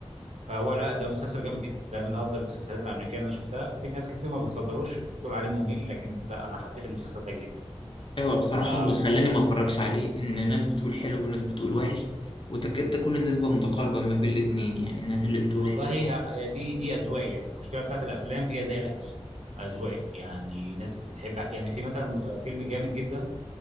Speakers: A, on the right; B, on the left.
A: فهو لا ده مسلسل جامد جدا ده من افضل المسلسلات الامريكيه اللي انا شفتها في ناس كتير ما بتفضلوش بتقول عليه ممل لكن لا انا حبيت المسلسل ده جدا
B: ايوه بصراحه
A: آم
B: اللي خلاني ما اتفرجش عليه ان ناس بتقول حلو وناس بتقول وحش وتكاد تكون النسبه متقاربه ما بين الاتنين يعني الناس اللي بتقول
A: والله
B: حلو
A: يا يا دي دي اذواق يعني المشكله بتاعت الافلام هي زي الاكل اذواق يعني ناس بتحب يعني في مثلا آه، فيلم جامد جدا